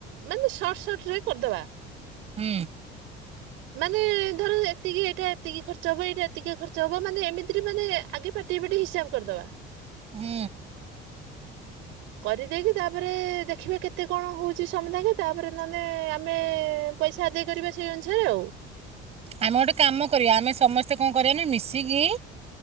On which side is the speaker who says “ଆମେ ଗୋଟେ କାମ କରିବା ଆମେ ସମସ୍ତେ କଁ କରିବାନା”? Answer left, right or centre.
Right